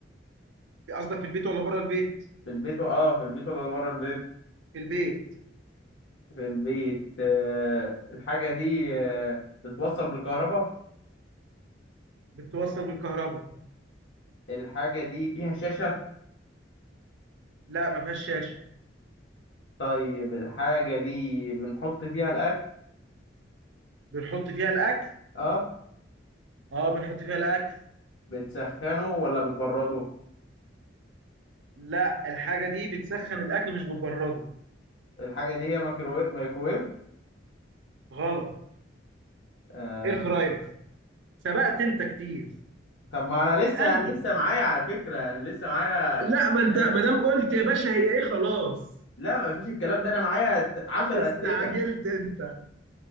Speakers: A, on the right; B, on the left.
A: في- قصدك في البيت ولا بره البيت
B: في البيت و- اه في البيت ولا بره البيت
A: في البيت
B: في البيت آه، الحاجه دي آه، بتتوصل بالكهرباء
A: بتتوصل بالكهرباء
B: الحاجه دي فيها شاشه
A: لا ما فيهاش شاشه
B: طيب الحاجة دي بنحط فيها الأكل
A: بنحط فيها الاكل
B: اه
A: اه بنحط فيها الاكل
B: بتسخنه ولا بتبرده
A: لا الحاجه دي بتسخن الاكل مش بتبرده
B: الحاجة دي هي مايكروويف مايكروويف
A: غلط
B: آه.
A: اير فراير سبقت انت كتير
B: طب ما أنا
A: اسالني
B: لسه أنا لسه معايا على فكرة أنا لسه معايا
A: لا
B: تحديدات
A: ما انت ما دام قلت يا باشا هي ايه خلاص
B: لا مفيش الكلام ده أنا معايا عشر
A: استعجلت
B: أسئلة
A: انت